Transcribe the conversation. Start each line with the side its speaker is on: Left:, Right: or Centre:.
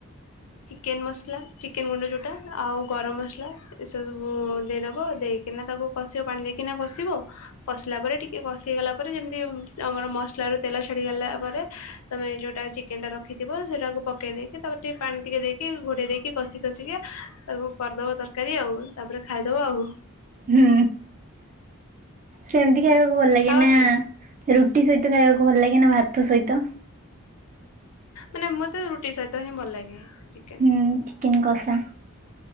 Left: ଚିକେନ୍ ମସଲା, ଚିକେନ ଗୁଣ୍ଡ ଯୋଉଟା, ଆଉ ଗରମ ମସଲା, ଏସବୁବୁ ଦେଇଦବ ।ଦେଇକିନା ତାକୁ କଷିବ। ପାଣି ଦେଇକିନା କଷିବ ।କଷିଲା ପରେ ଟିକେ କ ସି, ଗଲା ପରେ ଯେମିତି, ଆମର ମସଲାରୁ ତେଲ ଛାଡିଗଲା ପରେ। ତମେ ଯୋଉଟା ଚିକେନ ଟା ରଖିଥିବ ସେଟାକୁ ପକେଇ ଦେଇକି, ତାପରେ ଟିକେ ପାଣି ଟିକେ ଦେଇକି, ଘୋଡେଇ ଦେଇକି। କଷି, କଷିକା ତାକୁ କରିଦବା ତରକାରୀ । ଆଉ ତାପରେ, ଖାଇଦବା ଆଉ
Right: ହୁଁ, ସେମିତି ଖାଇବାକୁ ଭଲ ଲାଗେ
Left: ଖାଅଟି
Right: ନା, ରୁଟି ସହି ମତେ ଖାଇବାକୁ ଭଲ ଲାଗେନା, ଭାତ ସହିତ।
Left: ମାନେ, ମତେ ରୁଟି ସହିତ ହିଁ ଭଲ ଲାଗେ। ଚିକେନ
Right: ହୁଁ, ଚିକେନ କଷା।